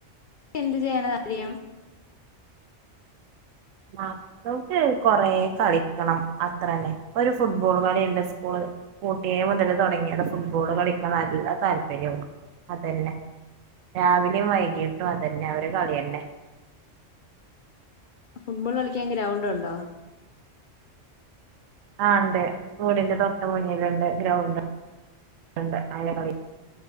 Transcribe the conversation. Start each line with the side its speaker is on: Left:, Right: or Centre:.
Left: എന്ത് ചെയ്യണതാ രിയം
Right: മക്കൾക്ക് കൊറേ കളിക്കണം അത്രന്നെ ഒരു ഫുട്ബോൾ കളിയുണ്ട് സ്കൂള് പൂട്ടിയെ മുതല് തൊടങ്ങിയത് ഫുട്ബോള് കളിക്കാൻ നല്ല താല്പര്യ. അതന്നെ രാവിലേം വൈകീട്ടും അതന്നെ അവര് കളിയന്നെ
Left: ഫുട്ബോൾ കളിക്കാൻ ഗ്രൗണ്ട് ഒണ്ടോ?
Right: ആ ഒണ്ട് വൂടിന്റെ തൊട്ട് മുന്നിലുണ്ട് ഗ്രൗണ്ട് ണ്ട് അയിലാ കളി